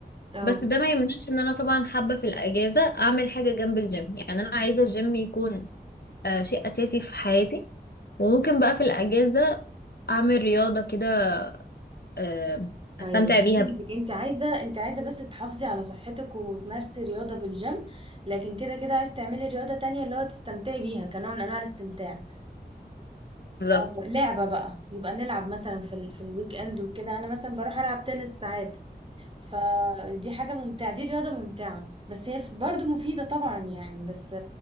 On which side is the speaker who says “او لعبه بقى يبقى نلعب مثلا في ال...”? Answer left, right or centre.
Right